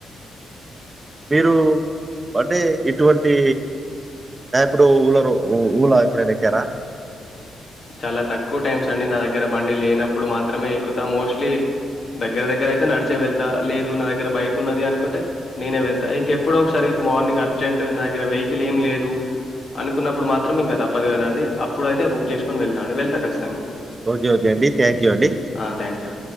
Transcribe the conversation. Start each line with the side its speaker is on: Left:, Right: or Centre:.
Right: మీరు అంటే ఇటువంటి ఇప్పుడు ఊళరు ఊళ ఎప్పుడైనా ఎక్కారా
Left: చాలా తక్కువ టైమ్స్ అండి నా దగ్గర బండి లేనప్పుడు మాత్రమే ఎక్కుతా మోస్ట్లీ దగ్గర దగ్గర అయితే నడిచే వెళ్తా లేదు నా దగ్గర బైక్ ఉన్నది అనుకుంటే నేనే వెళ్తా ఇంకెప్పుడో ఒకసారి మార్నింగ్ అర్జెంట్ నా దగ్గర వెహికల్ ఏం లేదు అనుకున్నప్పుడు మాత్రం ఇంకా తప్పదు కదా అండి అప్పుడు అయితే బుక్ చేసుకు కని వెళ్తాడి వెళ్త ఖచ్చితంగా
Right: ఓకే ఓకే అండి థ్యాంక్ యూ అండి
Left: ఆ! థ్యాంక్ యూ అండి.